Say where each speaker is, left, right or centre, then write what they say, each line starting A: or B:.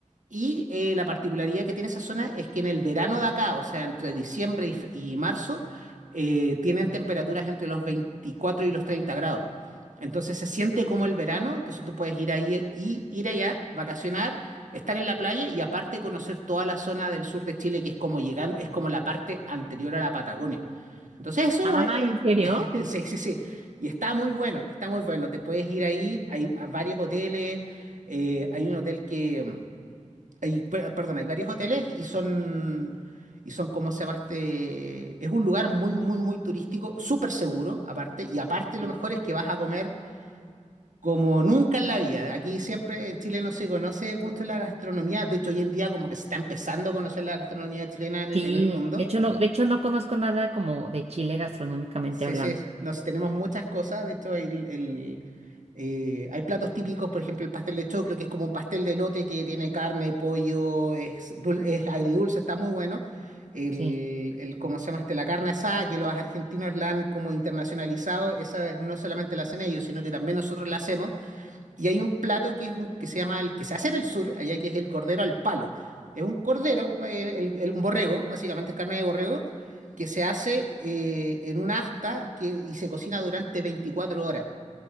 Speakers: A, on the right; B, on the right.
A: Y eh, la particularidad que tiene esa zona es que en el verano de acá, o sea, entre diciembre y, fe- y marzo, eh, tienen temperaturas entre los 24 y los 30 grados. Entonces se siente como el verano, entonces tú puedes ir ahí y ir allá, vacacionar, estar en la playa y aparte conocer toda la zona del sur de Chile que es como llegando, es como la parte anterior a la Patagonia. Entonces eso
B: Ah,
A: eh,
B: ¿en serio?
A: <laughs> sí, sí, sí. Y está muy bueno, está muy bueno. Te puedes ir ahí, hay a varios hoteles, eh, hay un hotel que hay, per- perdón, hay varios hoteles y son y son como se llama este, es un lugar muy muy muy turístico, súper seguro aparte y aparte lo
B: Sí.
A: mejor es que vas a comer como nunca en la vida. Aquí siempre en Chile no se conoce mucho la gastronomía. De hecho, hoy en día como que se está empezando a conocer la gastronomía chilena en, en
B: Sí.
A: el mundo.
B: De hecho, no, de hecho, no conozco nada como de Chile gastronómicamente
A: Sí,
B: hablando.
A: sí, nos tenemos muchas cosas. De hecho, el, el, eh, hay platos típicos, por ejemplo, el pastel de choclo, que es como un pastel de lote que tiene carne, pollo, es, dul- es agridulce, está muy bueno. El,
B: Sí.
A: el, ¿cómo se llama este? La carne asada, que los argentinos la han como internacionalizado, esa no solamente la hacen ellos, sino que también nosotros la hacemos Y hay un plato que es un que se llama el que se hace en el sur, allá que es el cordero al palo. Es un cordero, eh, el- el- un borrego, básicamente es carne de borrego, que se hace eh, en una asta que, y se cocina durante 24 horas.